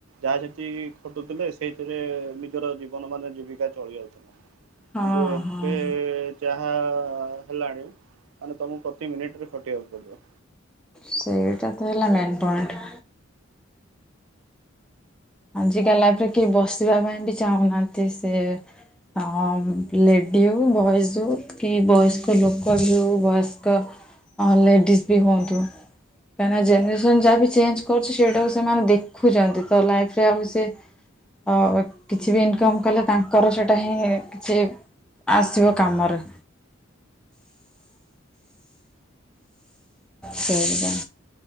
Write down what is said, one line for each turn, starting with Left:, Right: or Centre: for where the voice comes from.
Right: ଯାହା ଯେତିକି ଖଟୁଥିଲେ ସେଥିରେ ନିଜର ଜୀବନ ମାନେ ଜୀବିକା ଚଳି ଯାଉଥିଲା।
Centre: ହଁ
Right: କିନ୍ତୁ ଏବେ
Centre: ହଁ
Right: ଯାହା ହେଲାଣି ମାନେ ତମକୁ ପ୍ରତି ମିନିଟିରେ ଖଟିବାକୁ ପଡିବ।
Centre: ସେଇଟା ତ ହେଲା ମେନ୍ ପଏଣ୍ଟ। ଆଜିକା ଲାଇଫରେ କିଏ ବସିବା ପାଇଁ ବି ଚାହୁଁନାନ୍ତି ସେ ହଁ ଲେଡ଼ି ହଉ ବଏଜ୍ ହଉ। କି ବୟସ୍କ ଲୋକବି ହଉ ବୟସ୍କ ଲେଡ଼ିଜ୍ ବି ହୁଅନ୍ତୁ। କାଇଁନା ଜେନେରେସନ୍ ଯାହା ବି ଚେଞ୍ଚ କରୁଚି ସେଇଟାକୁ ସେମାନେ ଦେଖୁଚନ୍ତି ତ ଲାଇଫ ରେ ଆଉ ସେ ଅ କିଛି ବି ଇନକମ୍ କଲେ ତାଙ୍କର ସେଟା ହିଁ କିଛି ଆସିବ କାମରେ। ସେଇଟା।